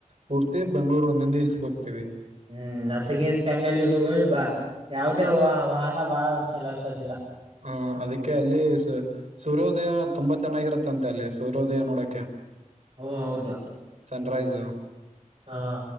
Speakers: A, on the right (about 60°); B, on the right (about 40°).
A: ಪೂರ್ತಿ ಬೆಂಗಳೂರು ನಂದಿ ಇಲ್ಸ್ ಹೋಗ್ತೀವಿ.
B: ಹ್ಮ್ ನಾಸಾಗಿ ಟೈಮ್ <unintelligible> ಯಾವುದೇ ವಾಹನ ಬಾಳ ಚೆಲು ಇತಿ
A: ಹ ಅದಕ್ಕೆ ಅಲ್ಲಿ ಸೂರ್ಯೋದಯ ತುಂಬಾ ಚೆನ್ನಾಗಿರತ್ತೆ ಅಂತೆ ಅಲ್ಲಿ ಸೂರ್ಯೋದಯ ನೋಡಕೆ.
B: ಓ ಹೌದು.
A: ಡ್ರೈಸು.
B: ಹಾ.